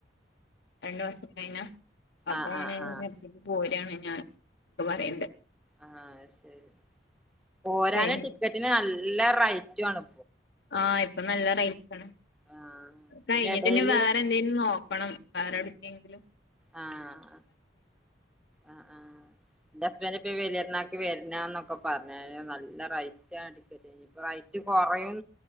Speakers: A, on the left; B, in the centre.
A: രണ്ടു മാസം കഴിഞ്ഞാ അപ്പൊ
B: ആഹ്
A: ഓന്
B: ആഹ് ആഹ്
A: ഗൾഫ്ക്കാ പോരാണ് ഞാൻ ഇപ്പ പറയ്ണ്ട്
B: ആഹ് ശരി പോരാന്
A: കഴിഞ്ഞ്
B: ടിക്കറ്റിന് നല്ല റൈറ്റാണ്
A: ആഹ് ഇപ്പൊ നല്ല റൈറ്റാണ്
B: ആഹ്
A: കഴിഞ്ഞിട്ട്
B: ഇതിന്റെടേല്
A: ഇനി വേറെ എന്തേലും നോ ണംക്ക വേറെ എടുക്കെങ്കിലും
B: ആഹ് ആ ആ ഇന്റെ ഹസ്ബൻഡ് ഇപ്പം ഈ വലിയ പെരുന്നാൾ ക്ക് വര്നാന്നൊക്കെ പറഞ്ഞ് നല്ല റൈറ്റാ ടിക്ക റ്റിന് ഇനിയിപ്പം റൈറ്റ് കുറയും